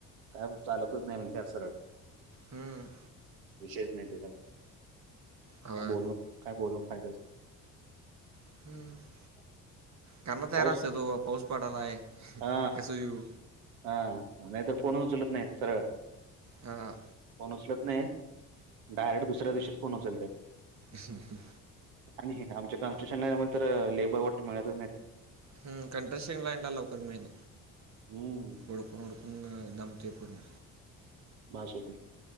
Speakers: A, on the right; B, on the right.
A: कायंम चालतंच नाहीं म्हणत्यांत सरळं
B: हम्म
A: विषयच नाही तेजा काय
B: होय
A: बोलून काय बोलून फायदाच नाही
B: हम्मं
A: <unintelligible>
B: कामं तयार
A: पाऊस
B: असतांत तो पाऊस पडालांय
A: हा
B: कसं व्हियू
A: हा नाहीं तर फोन उचलत नाहीं तरं सरळं
B: ह
A: फोन उचलत नाही डायरेक्ट दुसऱ्या दिवशीत फोन उचलत
B: ह ह
A: आणि आमच्या कनस्ट्रक्शन लान तर लेबर वाट मिळच
B: हम् कंट्रेशन लांड लवकर मल
A: हम्म
B: उओडकून ओडकून दमते पूर्ण
A: माशक्ध